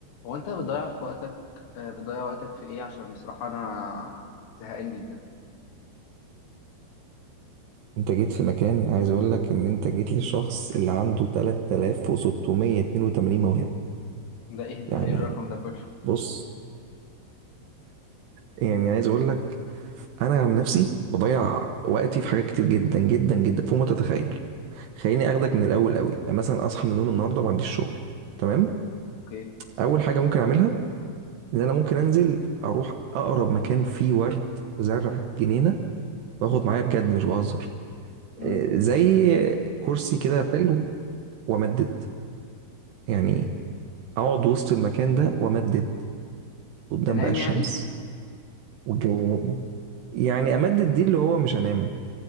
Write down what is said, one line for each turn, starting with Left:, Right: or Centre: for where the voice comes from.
Left: هو انت بتضيع في وقتك آه، بتضيع وقتك في ايه عشان بصراحة انا زهقان جدا
Right: انت جيت في مكان عايز اقول لك ان انت جيت للشخص اللي عنده 3682 موهبة
Left: ده ايه ده
Right: يعني
Left: ايه الرقم ده كله
Right: بص يعني عايز اقول لك انا عن نفسي بضيع وقتي في حاجات كتير جدا جدا جدا فوق ما تتخيل خليني اخدك من الاول قوي يعني مثلا اصحى من النوم النهارده ما عنديش شغل تمام
Left: اوكي
Right: اول حاجة ممكن اعملها ان انا ممكن انزل اروح اقرب مكان فيه ورد زرع جنينة واخد
Left: مم.
Right: معايا بجد مش بهزر
Left: مم.
Right: اه، زي كرسي كده حلو وامدد يعني اقعد وسط المكان ده وامدد قدام
Left: تنام
Right: بقى الشمس
Left: يعني
Right: والجو يعني امدد دي اللي هو مش هنام